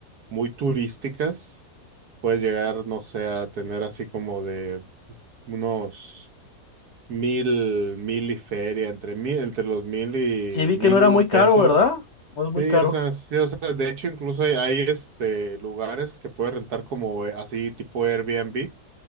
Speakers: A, on the right; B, on the left.
A: muy turísticas, puedes llegar, no sé, a tener así como de unos mil, mil y feria, entre mil, entre los mil y
B: Sí, vi
A: mil
B: que no era muy caro,
A: pesos.
B: ¿verdad? No es muy
A: Sí,
B: caro.
A: o sea, sí, o sea, de hecho, incluso hay, hay, este, lugares que puedes rentar como eh, así tipo Airbnb